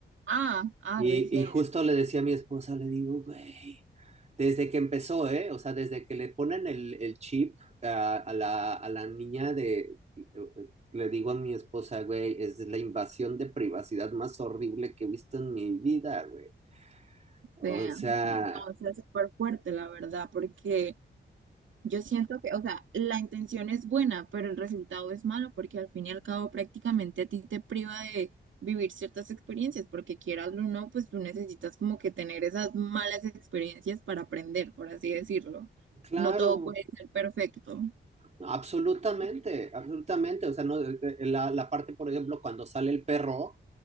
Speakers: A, on the right; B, on the right.
A: Ah, ah,
B: y,
A: recién.
B: y justo le decía a mi esposa, le digo, güey, desde que empezó, ¿eh? O sea, desde que le ponen el, el chip a, a la, a la niña de, le digo a mi esposa, güey, es la invasión de privacidad más horrible que he visto en mi vida, güey.
A: O
B: O
A: sea,
B: sea,
A: no, o sea, súper fuerte, la verdad, porque Yo siento que, o sea, la intención es buena, pero el resultado es malo porque al fin y al cabo prácticamente a ti te priva de vivir ciertas experiencias, porque quieras o no, pues tú necesitas como que tener esas malas experiencias para aprender, por así decirlo.
B: claro.
A: No todo puede ser perfecto.
B: Absolutamente, absolutamente. O sea, no, de- de- la, la parte, por ejemplo, cuando sale el perro,